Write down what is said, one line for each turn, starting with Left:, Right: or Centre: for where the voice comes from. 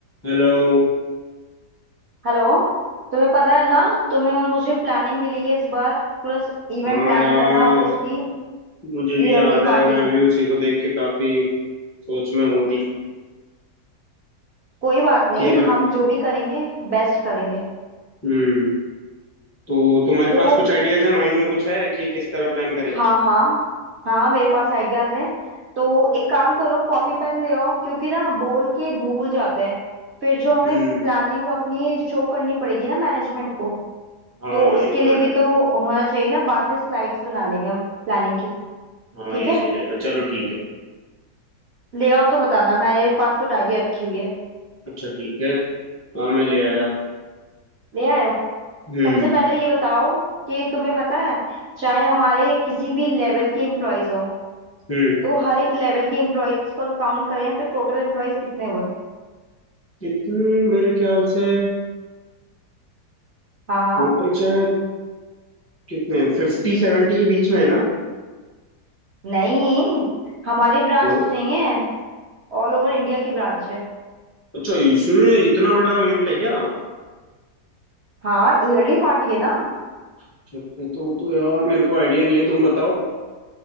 Left: Hello
Right: Hello तुम्हें पता है ना तुम्हें और मुझे प्लानिंग मिली है इस बार पूरा इवेंट
Left: हाँ
Right: प्लान
Left: यार
Right: करना ऑफिस की
Left: मुझे भी
Right: ईयरली
Left: याद है
Right: पार्टी
Left: मैं भी उसी को देख के काफी सोच में हूँ अभी
Right: कोई बात नहीं
Left: कि अपन
Right: हम जो भी करेंगे बेस्ट करेंगे
Left: हम्म तो तुम्हारे
Right: तो
Left: पास कुछ आइडियाज है माइंड में कुछ है कि किस तरह प्लान करें
Right: हाँ हाँ हाँ मेरे पास आइडियाज हैं तो एक काम करो कॉपी पेन ले आओ क्योंकि ना बोल के भूल जाते हैं फिर जो हमें
Left: हम्म
Right: प्लानिंग अपनी शो करनी पड़ेगी ना मैनेजमेंट को
Left: हाँ
Right: तो उसके
Left: ये तो
Right: लिए
Left: है
Right: भी तो होना चाहिए ना बाद में स्लाइड्स बना लेंगे हम प्लानिंग की
Left: हाँ
Right: ठीक
Left: ये
Right: है
Left: सही रहेगा चलो ठीक है
Right: ले आओ तो बताना मेरे पास तो डायरी रखी हुई है
Left: अच्छा ठीक है हाँ मैं ले आया
Right: ले आए हो
Left: हम्म
Right: सबसे पहले ये बताओ कि तुम्हें पता है चाहे हमारे किसी भी लेवल के एम्प्लॉयज हो
Left: हम्म
Right: तो हर एक लेवल के एम्प्लॉयज को अगर काउंट करें तो टोटल एम्प्लॉयज कितने हुए
Left: कितने मेरे ख्याल से
Right: हाँ हाँ
Left: टोटल शायद कितने फिफ्टी सेवेंटी के बीच में है ना
Right: नहीं हमारी ब्रांच
Left: तो
Right: नहीं है ऑल ओवर इंडिया की ब्रांच है
Left: अच्छा इसमें इतना बड़ा इवेंट है क्या
Right: हाँ ईयरली पार्टी है ना
Left: अच्छा अच्छा, तो तो यार मेरे को आइडिया नहीं है तुम बताओ